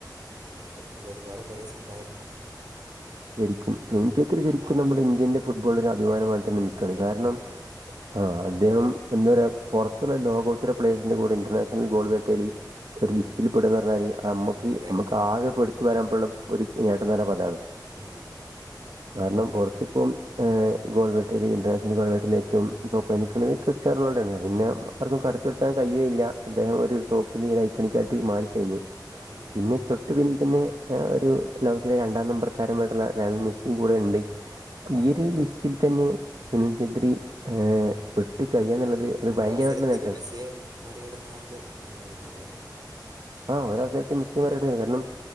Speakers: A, on the right; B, on the right.
A: പിന്നെ അത്തരത്തിലുള്ള ഒരുപാട് പ്ലേസ് ഉണ്ടായിരുന്നു
B: ശരിക്കും
A: പക്ഷേ
B: സുനിൽ ഛേത്രി ശരിക്കും
A: അവർ
B: നമ്മുടെ ഇന്ത്യന്റെ ഫുട്ബോൾളൊരു അഭിമാനമായിട്ട് തന്നെ
A: ആ
B: നിക്കാണ്
A: അവരയക്കണം
B: കാരണം
A: തന്നെയാണ്
B: ആഹ് അദ്ദേഹം എന്താ പറയാ പൊർത്തുള്ള ലോകോത്തര പ്ലേഴ്സിന്റെ കൂടെ ഇന്റർനാഷണൽ ഗോൾ വേട്ടേല് ഒരു
A: ഉം
B: ലിസ്റ്റിൽ പെടാന്ന് പറഞ്ഞാല് നമ്മുക്ക്
A: അതെ അതെ
B: നമുക്ക് ആകെ പെടുത്തത്ത് വരാൻപുള്ള ഒരു നേട്ടംന്നർഞ്ഞാപതാണ്
A: ഉം
B: കാരണം പൊറത്തിപ്പം ഏ ഗോൾവേട്ടരി ഇന്റർനാഷണൽ ഗോൾവേട്ടരി ഏറ്റവും ടോപ്പായി നിക്ക്ണത് ക്യസ്റ്റ് <unintelligible> പിന്നെ
A: ഉം
B: ആർക്കും
A: അതെ
B: കടത്തിവെട്ടാൻ
A: അതെ
B: കഴിയുകയില്ല അദ്ദേഹം ഒരു ടോപ്പിൽ ലൈക്കണിക്കായിട്ട് മാറിക്കഴിഞ്ഞു
A: ഉം
B: പിന്നെ തൊട്ടു പിന്നി തന്നെ ആഹ് ഒരു ലോകത്തിലെ രണ്ടാം നമ്പർ താരമായിട്ടുള്ള ലേയണൽ മെസ്സിയും കൂടെ ഇണ്ട് അപ്പൊ ഈ
A: അതെ
B: ഒരു
A: അതെ
B: ലിസ്റ്റിൽ തന്നെ സുനിൽ ജദ്രി ഏഹ് പെട്ട് കഴിയാന്നുള്ളത് അത്
A: ആ ഒരവസരത്തില്
B: ഭയങ്കരമായിട്ടുള്ള നേട്ടമാണ്
A: മെസ്സിയെ മറികടന്നാണ്ട് നിന്നിരുന്നത്
B: ആഹ് ഒരവസരത്തിൽ <unintelligible> കാരണം